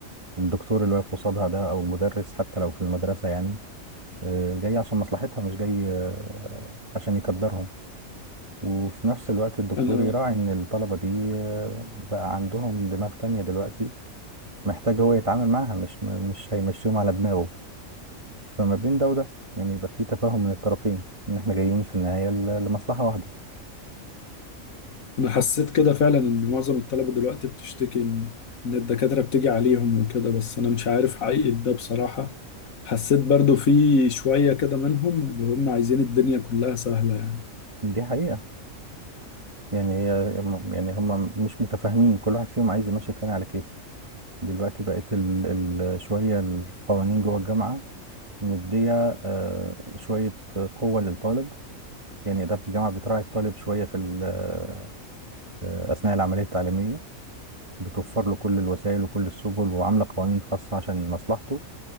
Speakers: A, on the right; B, on the left.
A: الدكتور اللي واقف قصادها ده او المدرس حتى لو في المدرسه يعني آه، جاي عشان مصلحتها مش جاي آه، عشان يقدرهم وفي نفس الوقت الدكتور
B: انا
A: يراعي ان الطلبه دي آه، بقى عندهم دماغ تانية دلوقتي محتاج هو يتعامل معاها مش م- مش هيمشيهم على دماغه فما بين ده وده يعني يبقى فيه تفاهم من الطرفين ان احنا جايين في النهايه ل- لمصلحه واحده
B: انا حسيت كده فعلا ان معظم الطلبة دلوقتي بتشتكي ان إن الدكاترة بتيجي عليهم وكده بس انا مش عارف حقيقة ده بصراحة حسيت برضو في شوية كده منهم اللي هم عايزين الدنيا كلها سهلة يعني
A: دي حقيقه يعني هي يعني هم مش متفاهمين كل واحد فيهم عايز يمشي التاني على كيفه دلوقتي بقت ال... ال... شوية القوانين جوه الجامعة مدية آه، شوية قوة للطالب يعني إدارة الجامعة بتراعي الطالب شوية في ال... آه، أثناء العملية التعليمية بتوفر له كل الوسائل وكل السبل وعاملة قوانين خاصة عشان مصلحته